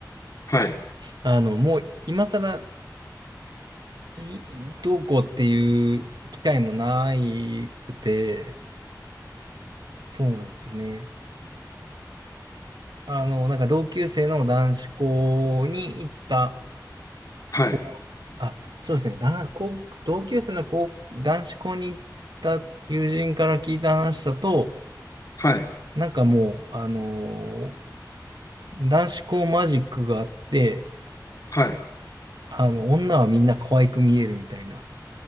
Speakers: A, on the left; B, on the right.
A: <laughs> はい、
B: あの、もう今更、いいどうこうっていう機会もないくて、そうなんですね。あの、なんか同級生の男子校に行った
A: はい、
B: 子、あ、そうですね、だ、こう同級生の子、男子校に行った友人から聞いた話だと、
A: はい、
B: なんかもう、あの男子校マジックがあって、
A: はい、
B: あの、女はみんな可愛く見えるみたいな。